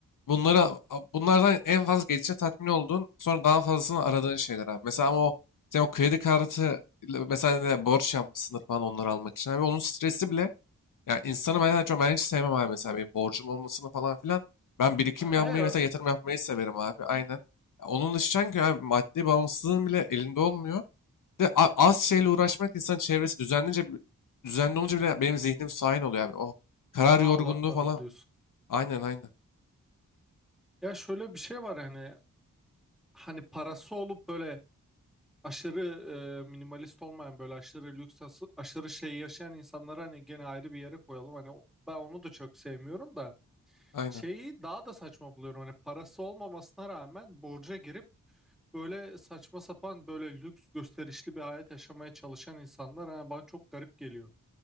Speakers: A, on the left; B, in the centre.
A: bunlara bunlardan en fazla geçici tatmin olduğun sonra daha fazlasını aradığın şeyler abi. Mesela ama o sen o kredi kartı ile mesela ne, borç yapmışsındır falan onları almak için abi. Onun stresi bile yani insanı ben, ben hiç sevmem abi mesela benim borcum olmasını falan filan. Ben birikim
B: E,
A: yapmayı
B: e,
A: mesela yatırım yapmayı severim abi. Aynen. Ya Onun dışı ki abi maddi bağımsızlığın bile elinde olmuyor. Bir De a- az şeyle uğraşmak insan çevresi düzenlince bi- düzenli olunca bile benim zihnim sakin oluyor abi. O karar
B: daha
A: yorgunluğu
B: odaklanabiliyorsun.
A: falan. Aynen aynen.
B: Ya şöyle bir şey var hani hani parası olup böyle aşırı e, minimalist olmayan böyle aşırı lüks as- aşırı şey yaşayan insanları hani gene ayrı bir yere koyalım. Hani o- ben onu da çok sevmiyorum da
A: Aynen.
B: şeyi daha da saçma buluyorum. Hani parası olmamasına rağmen borca girip böyle saçma sapan böyle lüks gösterişli bir hayat yaşamaya çalışan insanlar yani bana çok garip geliyor.